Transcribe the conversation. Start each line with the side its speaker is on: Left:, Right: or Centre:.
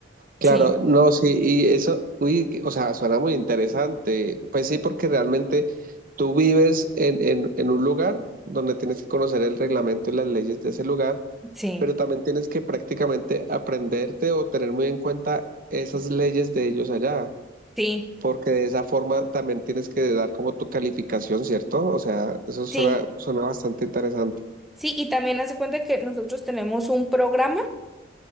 Right: Claro,
Centre: Sí,
Right: no, sí, y eso, uy, que- o sea, suena muy interesante. Pues sí, porque realmente tú vives en, en, en un lugar donde tienes que conocer el reglamento y las leyes de ese lugar,
Centre: sí,
Right: pero también tienes que prácticamente aprenderte o tener muy en cuenta esas leyes de ellos allá,
Centre: sí,
Right: porque de esa forma también tienes que dar como tu calificación, ¿cierto? O sea, eso suena,
Centre: sí.
Right: suena bastante interesante.
Centre: Sí, y también hace cuenta que nosotros tenemos un programa